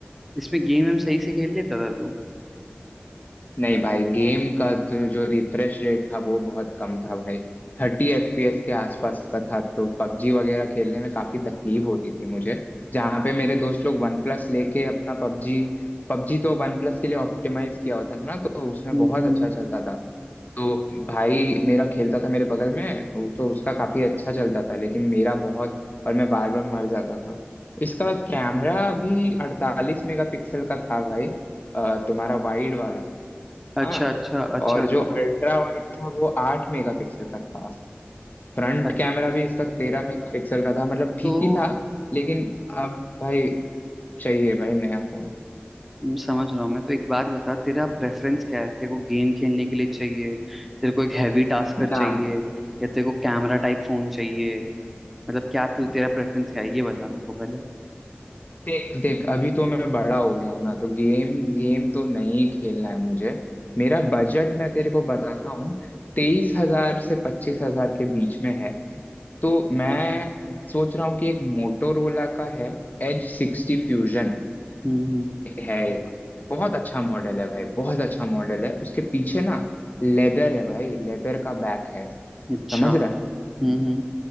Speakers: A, in the centre; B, on the left.
A: इसमें गेम हम सही से खेल लेता था तू
B: नहीं भाई गेम का जो जो रिफ्रेश रेट था वो बहुत कम था भाई थर्टी एफपीएस के आसपास का था तो पबजी वगैरह खेलने में काफी तकलीफ होती थी मुझे जहाँ पे मेरे
A: हम्म
B: दोस्त लोग वन प्लस लेके अपना पबजी पबजी तो वन प्लस के लिए ऑप्टिमाइज किया होता है ना तो उसमें
A: हम्म
B: बहुत अच्छा
A: हम्म।
B: चलता था तो भाई मेरा खेलता था मेरे बगल में वो तो उसका काफी अच्छा चलता था लेकिन मेरा बहुत और मैं बार बार मर जाता था इसका कैमरा भी अड़तालीस मेगापिक्सल का था भाई अ, तुम्हारा वाइड वाला
A: अच्छा
B: हाँ
A: अच्छा अच्छा
B: और
A: के
B: जो अल्ट्रा वाइड था वो आठ मेगापिक्सल का था फ्रंट
A: अ-
B: कैमरा भी इसका तेरह मेगापिक्सल का था मतलब ठीक
A: तो
B: ही था लेकिन अब भाई चाहिए भाई नया फोन
A: हम्म, समझ रहा हूँ मैं तो एक बात बता तेरा प्रेफरेंस क्या है तेरे को गेम खेलने के लिए चाहिए तेरे को एक हैवी टास्कर चाहिए
B: ना
A: या तेरे को कैमरा टाइप फोन चाहिए मतलब क्या तू तेरा प्रेफरेंस क्या है ये बता मेरे को पहले
B: देख देख अभी तो मैं बड़ा हो गया हूं ना तो गेम गेम तो नहीं खेलना है मुझे मेरा बजट मैं तेरे को बताता हूँ तेईस हजार से पच्चीस हजार के बीच में है तो मैं सोच रहा हूँ कि एक मोटोरोला का है एज सिक्सटी फ्यूजन
A: हम्म हम्म,
B: है एक बहुत अच्छा मॉडल है भाई बहुत अच्छा मॉडल है उसके पीछे ना लेदर है भाई लेदर का बैक है
A: अच्छा
B: समझ रहा है
A: हम्म हम्म